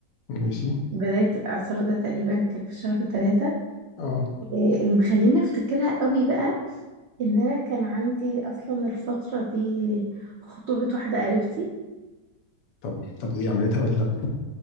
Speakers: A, on the left (about 80°); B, on the right (about 85°).
A: ماشي
B: بداية الإعصار ده تقريبا كان في شهر ثلاثة
A: اه
B: إيه اللي مخليني أفتكرها قوي بقى إن أنا كان عندي أصلا الفترة دي خطوبة واحدة قريبتي
A: طب طب ودي عملتها ولا لا